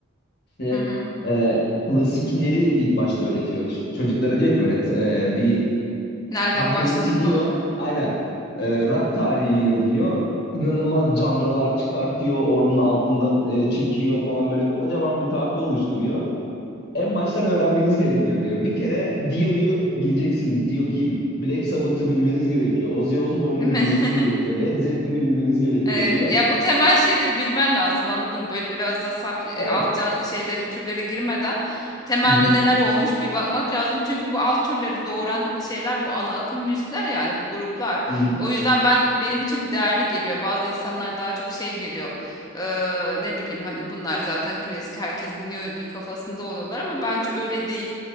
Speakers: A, on the left; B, on the left.
A: İşte
B: Hı hı.
A: e, klasikleri ilk başta öğretiyor. Ç- Çocuklara diyor ki böyle t- e, bir
B: Nereden
A: Tahtayı
B: başlanılmalı?
A: siliyor. Aynen. Ee, rock tarihi yazıyor. İnanılmaz canralar çıkartıyor. Onun altından e, çekiyor falan böyle kocaman bir tahta oluşturuyor. En baştan öğrenmeniz gerekiyor diyor. Bir kere Dio'yu bileceksiniz. Dio kim? Black Sabbath'ı bilmeniz gerekiyor. Ozzy Osbourne'u
B: <laughs> Değil
A: bilmeniz
B: mi? <laughs>
A: gerekiyor. Led Zeppelin'i bilmeniz gerekiyor
B: Evet,
A: diyor.
B: ya bu temel şeyleri bilmen lazım anladım. Böyle biraz da sab e,
A: Evet.
B: alt can şeyleri türleri girmeden temelde
A: Hı hı,
B: neler olmuş bir bakmak lazım. Çünkü bu alt türleri doğuran şeyler bu ana akım müzikler yani bu gruplar.
A: hı hı,
B: O yüzden ben benim için değerli geliyor. Bazı insanlar daha çok şey geliyor. Ee, ne bileyim hani bunlar zaten klasik herkes dinliyor bir kafasında oluyorlar ama bence öyle değil.